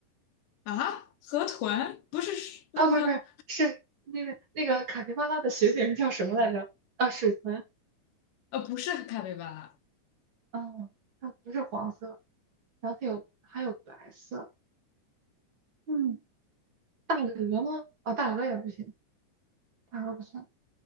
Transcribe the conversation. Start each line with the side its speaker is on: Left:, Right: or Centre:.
Left: 啊。河豚不是鹿的，
Right: 啊，不是不是，是那个那个卡皮巴拉的学名叫什么来着？啊，水豚。
Left: 呃，不是咖啡巴拉。
Right: 嗯，它不是黄色，然后它有还有白色。嗯，大鹅吗？啊，大鹅也不行，大鹅不算。